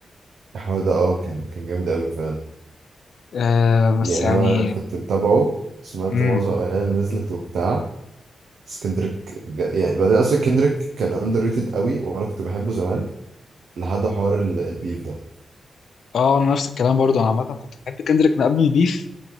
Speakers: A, on the right; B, on the left.
A: الحوار ده اه كان كان جامد قوي فعلا
B: آه بس
A: يعني
B: يعني
A: انا كنت متابعه سمعت
B: مم.
A: معظم الاغاني اللي نزلت وبتاع بس كندريك بجد- يعني بعدين اصلا كندريك كان اندر ريتد قوي وانا كنت بحبه زمان لحد حوار ال- البيف ده
B: اه انا نفس الكلام برضو انا عامه كنت بحب كندريك من قبل البيف